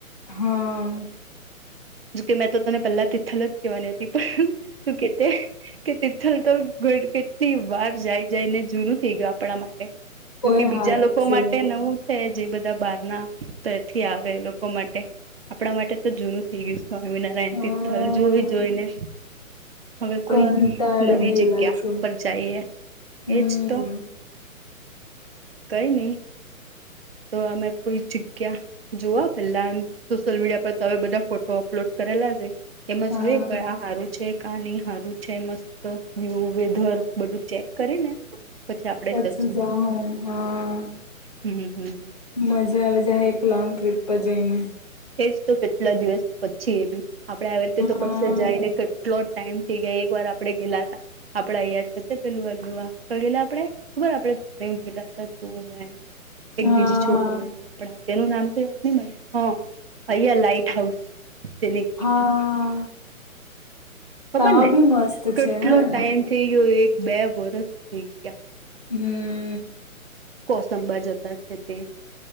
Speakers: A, on the left (about 30°); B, on the right (about 45°).
A: હા.
B: જોકે મેં તો તને પહેલા તિથલ જ કહેવાની હતી, પણ તું કે કે લ તો ઘ કેટલી વાર જાય જાય ને, જૂનું થઇ ગયું, આપણા માટે. જોકે
A: ઓય
B: બીજા
A: હાથ
B: લોકો
A: છે
B: માટે નવું. હ, જે બધા બહાર ના તો એથી આવે, લોકો માટે આપણા માટે તો જૂનું થઈ ગયું છે. સ્વામિનારાયણ
A: હા
B: તિર્થલ જોઈ જોઈને. હવે
A: કંટાળી
B: કોઈ નવી
A: ગયેલા
B: જગ્યા
A: છે
B: પર જઈએ.
A: હમ
B: એજ તો કઈ નહી. તો અમે કોઈ જગ્યા. જોવા પેલા એમ સોશિયલ મીડિયા પર તો, હવે બધા ફોટો અપલોડ કરેલા છે. તેમજ
A: હા
B: આર. છે. કાની હારું છે, મસ્ત વ્યુ વેધર બધું ચેક કરીને. પછી આપડે
A: પછી
B: જશું
A: જા, હા.
B: હમ હમ
A: મજા આવે જાય, એક લ લોંગ ટ્રીપ પર જઈને.
B: એજ તો કેટલા દિવસ પછી એ બી આપડે, આવી રીતે
A: હા
B: તો કશે જાયને. એટલો ટાઈમ થઈ ગયો, એક વાર આપડે ગેલા હતા. આપડા અગર છે, પેલું અલુઆ કઈ ગેલા આપડે ખબર, આપડે ત ગેલા ત તું મેં. એક
A: હા
B: બીજી છોકરી હતી, આપ તેનું નામ તો યાદ નહી મળે, હા. અયા લાાઈટ હાઉસ, જેને.
A: હા
B: ખબર
A: તા
B: ને
A: બી મસ્ત
B: કેટલો
A: છે હેને
B: ટાઈમ થઇ ગયો, એક-બે વર્ષ થઈ ગયા.
A: હમ.
B: કોસંબા જતા છે તે,